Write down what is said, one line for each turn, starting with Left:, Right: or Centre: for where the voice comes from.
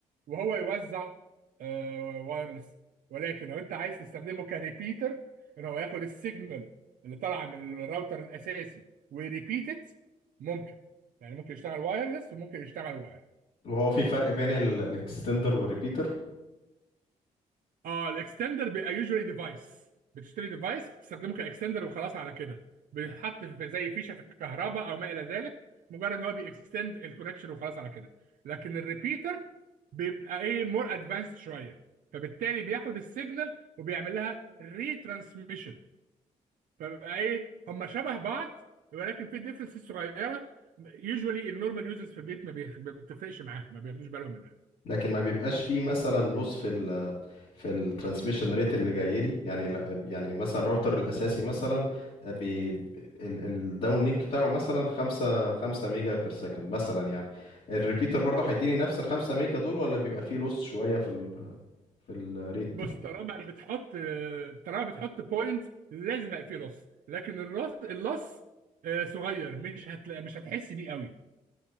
Right: وهو يوزع آه، وايرلس ولكن لو انت عايز تستخدمه كريبيتر ان هو ياخد السيجنال اللي طالعه من الراوتر الاساسي وريبيتد ممكن يعني ممكن يشتغل وايرلس وممكن يشتغل واير
Left: وهو في فرق بين ال- الاكستندر والريبيتر
Right: اه الاكستندر بيبقى يوجوالي ديفايس بتشتري ديفايس بتستخدمه كاكستندر وخلاص على كده بيتحط في زي فيشه في الكهرباء او ما الى ذلك مجرد ان هو بيكستند الكونكشن وخلاص على كده لكن الريبيتر بيبقى ايه مور ادفانسد شويه فبالتالي بياخد السيجنال وبيعمل لها ريترانسميشن فبقى ايه هم شبه بعض ولكن في ديفرنسز صغيره يوجوالي النورمال يوزرز في البيت ما بيخ- ما بتفرقش معاهم ما بياخدوش بالهم منها
Left: لكن ما بيبقاش فيه مثلا لوس في ال في الترانسميشن ريت اللي جاي لي يعني لا- يعني مثلا الراوتر الاساسي مثلا بي الداون لينك بتاعه مثلا 5 5 ميجا بير سكند مثلا يعني الريبيتر برضه هيديني نفس ال 5 ميجا دول ولا بيبقى فيه لوس شويه في ال في الريت
Right: بص طالما بتحط طالما بتحط بوينت لازم يبقى فيه لص لكن الراس اللص آه، صغير مش هتلاقي مش هتحس بيه قوي